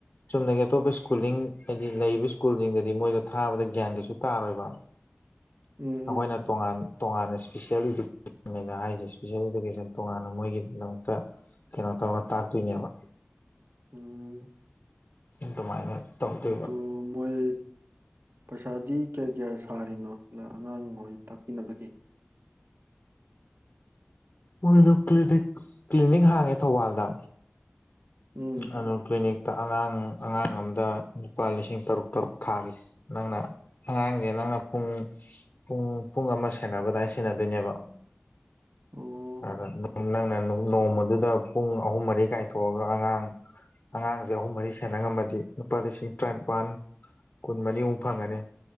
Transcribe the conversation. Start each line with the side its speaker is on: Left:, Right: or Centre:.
Left: ꯆꯨꯝꯗꯒꯤ ꯑꯇꯣꯞꯄ ꯏꯁ꯭ꯀꯨꯂꯤꯡ ꯍꯥꯏꯗꯤ ꯂꯩꯔꯤꯕ ꯏꯁ꯭ꯀꯨꯜꯁꯤꯡꯗꯗꯤ ꯃꯣꯏꯗ ꯊꯥꯕꯗ ꯒ꯭ꯌꯥꯟ ꯀꯩꯁꯨ ꯇꯥꯔꯣꯏꯕ <inaudible>
Right: ꯎꯝ ꯎꯝ
Left: ꯃꯣꯏꯅ ꯇꯣꯉꯥꯟ ꯇꯣꯉꯥꯟꯅ ꯏꯁꯄꯤꯁꯦꯜ ꯑꯗꯨꯅ ꯍꯥꯏꯔꯤꯁꯦ ꯏꯁꯄꯤꯁꯦꯜ ꯏꯗꯨꯀꯦꯁꯟ ꯇꯣꯉꯥꯟꯅ ꯃꯣꯏꯒꯤꯗꯃꯛꯇ ꯀꯩꯅꯣ ꯇꯧꯔ ꯇꯥꯛꯇꯣꯏꯅꯦꯕ
Right: ꯎꯝ
Left: ꯑꯗꯨꯃꯥꯏꯅ ꯇꯧꯗꯣꯏꯕ
Right: ꯑꯗꯨ ꯃꯣꯏ ꯄꯩꯁꯥꯗꯤ ꯀꯌꯥ ꯀꯌꯥ ꯁꯥꯔꯤꯅꯣ ꯑꯉꯥꯡ ꯃꯣꯏ ꯇꯥꯛꯄꯤꯅꯕꯒꯦ
Left: ꯃꯣꯏꯗꯣ ꯀ꯭ꯂꯤꯅꯤꯛ ꯀ꯭ꯂꯤꯅꯤꯛ ꯍꯥꯡꯉꯦ ꯊꯧꯕꯥꯜꯗ
Right: ꯎꯝ
Left: ꯑꯗꯨ ꯀ꯭ꯂꯤꯅꯤꯛꯇ ꯑꯉꯥꯡ ꯑꯉꯥꯡ ꯑꯝꯗ ꯂꯨꯄꯥ ꯂꯤꯁꯤꯡ ꯇꯔꯨꯛ ꯇꯔꯨꯛ ꯊꯥꯈꯤ ꯅꯪꯅ ꯑꯉꯥꯡꯁꯦ ꯅꯪꯅ ꯄꯨꯡ ꯄꯨꯡ ꯄꯨꯡ ꯑꯃ ꯁꯦꯟꯅꯕꯗꯥꯏꯅ ꯁꯦꯟꯅꯗꯣꯏꯅꯦꯕ
Right: ꯑꯣ
Left: ꯑꯗ ꯅꯪꯅ ꯅꯣꯡꯃꯗꯨꯗ ꯄꯨꯡ ꯑꯍꯨꯝ ꯃꯔꯤ ꯀꯥꯏꯊꯣꯛꯑꯒ ꯑꯉꯥꯡ ꯑꯉꯥꯡꯁꯦ ꯑꯍꯨꯝ ꯃꯔꯤ ꯁꯥꯟꯅ ꯉꯝꯃꯗꯤ ꯂꯨꯄꯥ ꯂꯤꯁꯤꯡ ꯇꯔꯥꯅꯤꯄꯜ ꯀꯨꯟ ꯃꯔꯤꯃꯨꯛ ꯐꯪꯉꯅꯤ